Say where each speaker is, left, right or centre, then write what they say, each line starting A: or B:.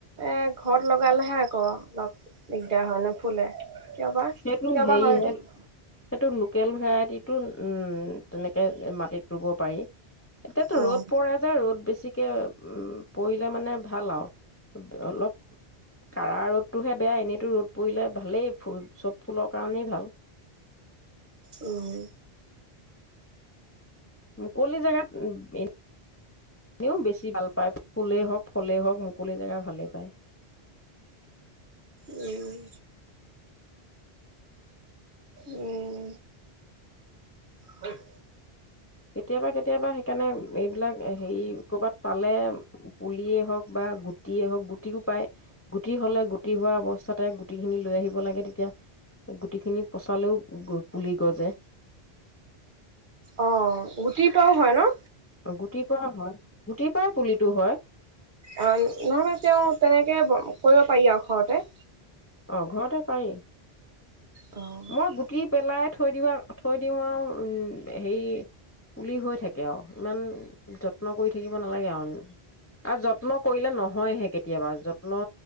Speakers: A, on the right; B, on the left.
A: এক ঘৰত লগালেহে আকৌ অলপ দিগদাৰ হয় নুফুলে কিয় বা কিয়
B: সেইটো হেৰিহে
A: বা হয় আৰু এইটো।
B: সেইটো লোকেল ভেৰাইটিটো উম তেনেকে মাটিত ৰুব পাৰি। এতিয়াতো
A: উম
B: ৰ'দ পৰে যায় ৰ'দ বেছি। বেছিকে উম পৰিলে মানে ভাল আৰু অলপ কাঢ়া ৰ'দটোহে বেয়া এনেইতো ৰ'দ পৰিলে ভালেই ফ চব ফুলৰ কাৰণেই ভাল
A: উম
B: মুকলি জোগাত এ এও বেছি ভাল পায় ফুলেই হওক ফলেই হওক মুকলি জেগা ভালেই পায়।
A: উম উম হিচ
B: কেতিয়াবা কেতিয়াবা, কেনে এইবিলাক হেৰি ক'ৰবাত পালে, পুলিয়েই হওক বা গুটিয়েই হওক গুটিও পায় গুটি হলে গুটি হোৱা অৱস্থাতে গুটি খিনি লৈ আহিব লাগে তেতিয়া গুটি খিনি পচালেও পুলি গজে,
A: অ' গুটিৰ পৰাও হয় ন!
B: গুটিৰ পৰা হয় গুটিৰ পৰা, পুলিটো হয়।
A: অ' নহ মান তেওঁ তেনেকে কৰিব পাৰি আৰু ঘৰতে
B: অ ঘৰতে পাৰি।
A: অ উম
B: মই গুটি পেলাই থৈ দিওঁ থৈ দিওঁ আৰু উম হেৰি পুলি হৈ থাকে, আৰু ইমান যত্ন কৰি থাকিব নালাগে, আৰু-আৰু যত্ন কৰিলে নহয়হে কেতিয়াবা যত্ন